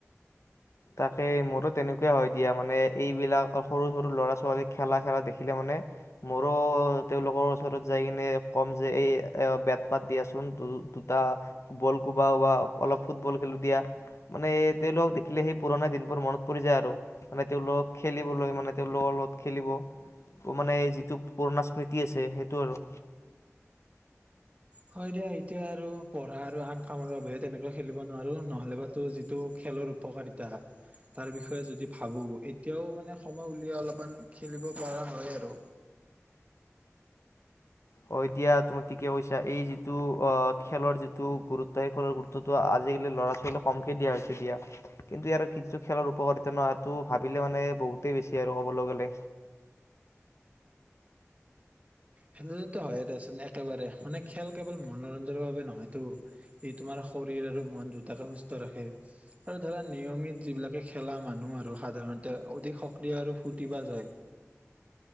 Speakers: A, on the left (about 65°); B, on the right (about 25°).
A: তাকে মোৰো তেনেকুৱা হয়', দিয়া মানে এইবিলাক সৰু-সৰু ল'ৰা-ছোৱালী খেলা', - -খেলা দেখিলে মানে মোৰো তেওঁলোকৰ ওচৰত যাই কিনে ক'ম যে, এই বেট পাত দিয়াচোন দুটা বল কোবাও বা অলপ ফুটবল খেলো দিয়া মানে তেওঁলোকক দেখি সেই পুৰণা দিনবোৰ মনত পৰি যায়, আৰু মানে তেওঁলোকক খেলিবলৈ মানে, তেওঁলোকৰ লগত খেলিব মানে যিটো পুৰণা স্মৃতি আছে সেইটো আৰু।
B: হয়', দিয়া এতিয়া আৰু পঢ়া আৰু আন কামৰ বাবেহে তেনেকৈ খেলিব নোৱাৰো। নহলেবা তো যিটো খেলৰ উপকাৰিতা তাৰ বিষয়ে যদি ভাবো এতিয়াও মানে সময় উলিয়াই অলপমান খেলিব পৰা হয় আৰু।
A: হয়', দিয়া তুমি ঠিকে কৈছা, এই যিটো আহ', খেলৰ যিটো গুৰুত্ব সেই খেলৰ গুৰুত্বটো আজিকালি লৰা-ছোৱালীয়ে কমকে দিয়া হৈছে দিয়া। কিন্তু ইয়াৰ যিটো খেলৰ উপকাৰিতা নহ', সেইটো ভাবিলে মানে বহুতেই বেছি আৰু কবলৈ গলে।
B: খেলতো হয়ে দিয়াচোন একেবাৰে মানে খেল কেৱল মনোৰঞ্জনৰ বাবে নহয়তটো ই', তোমাৰ শৰীৰ আৰু মন দুটাকে সুস্থ ৰাখে। আৰু ধৰা নিয়মিত যিবিলাকে খেলা মানুহ আৰু সাধাৰণতে অধিক সক্ৰিয় আৰু ফূৰ্তিবাজ হয়